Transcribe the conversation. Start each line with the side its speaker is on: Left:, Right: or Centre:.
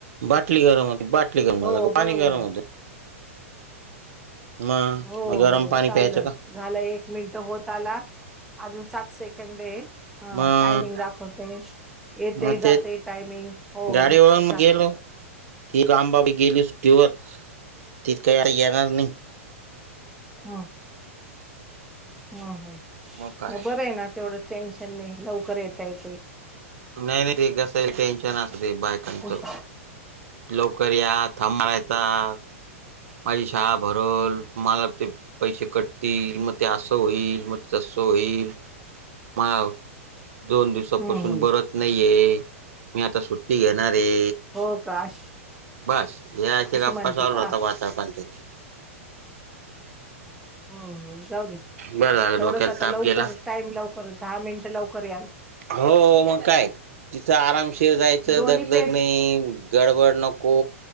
Right: बाटली गरम होती, बाटली गरम
Centre: हो
Right: झाला का पाणी
Centre: बरोबर
Right: गरम
Centre: आहे
Right: होत. मग,
Centre: हो हो
Right: मग गरम पाणी
Centre: चाललं
Right: प्यायचं का?
Centre: झालं एक मिनटं होत आला,, अजून सात सेकंड एऽ हां,
Right: मग
Centre: टायमिंग दाखवतय,, येतय
Right: मग ते
Centre: जातय टायमिंग,, होऽ
Right: गाडीवरून
Centre: त्याच्याऽ
Right: गेलो ती आमबाबाी गेली सुट्टीवर,,, ति काही येणार नाही.
Centre: हम्, हम्, हम्,
Right: मग काय
Centre: बरं आहे ना? तेवढच टेन्शन नाही, लवकर येत य ऽ
Right: नाही, नाही ते कसं टेन्शन असतय बायकांचं,,
Centre: उश
Right: लवकर या थांबयचऽऽ हां, माझी शाळा भरल ऽमला ते पैसे कटतील, मग ते असं होईल, मगऽऽ जसो एईल माव, दोन दिवसापासून
Centre: हम्म हम्म
Right: बरच नाहीये. मी आता सुट्टी घेणारे,,
Centre: हो का अशी
Right: बस, याऽ
Centre: अशी
Right: गप्पा
Centre: म्हणते
Right: सॉलता
Centre: का
Right: वाचा पणचायती.
Centre: हम्म,,, जाऊ दे
Right: बरं झालं
Centre: तेवढंच
Right: डोक्याला
Centre: आता
Right: ताप
Centre: लवकरऽ
Right: गेला
Centre: टाईम लवकर,, दहा मिनिटं लवकर यालऽ
Right: हो,, मग काय? तिथं आरामशीिर जायचं
Centre: दोन्ही
Right: दग दग
Centre: पेस्ट
Right: नाहीऽ गडबड नको,,